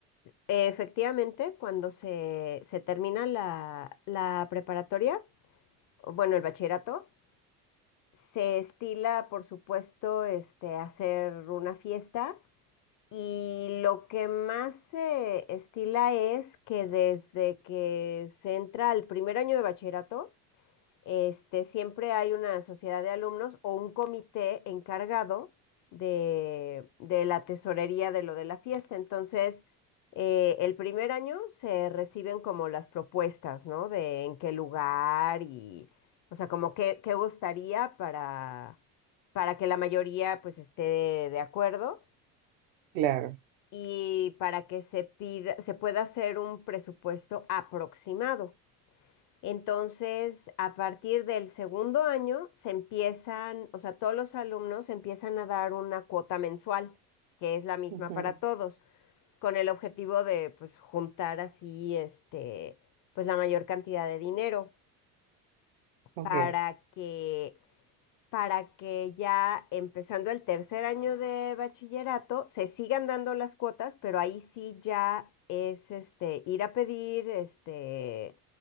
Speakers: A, on the left; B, on the right.
A: efectivamente, cuando se, se termina la, la preparatoria, o bueno, el bachillerato, se estila, por supuesto, este, hacer una fiesta Y lo que más se estila es que desde que se entra al primer año de bachillerato, este, siempre hay una sociedad de alumnos o un comité encargado de, de la tesorería de lo de la fiesta. Entonces, eh, el primer año se reciben como las propuestas, ¿no? De en qué lugar y, o sea, como qué, qué gustaría para, para que la mayoría pues esté de acuerdo
B: Claro.
A: y para que se pida, se pueda hacer un presupuesto aproximado. Entonces, a partir del segundo año se empiezan, o sea, todos los alumnos empiezan a dar una cuota mensual, que es la misma
B: Ujú,
A: para todos, con el objetivo de pues juntar así este pues la mayor cantidad de dinero
B: ok.
A: para que para que ya empezando el tercer año de bachillerato se sigan dando las cuotas, pero ahí sí ya es este ir a pedir este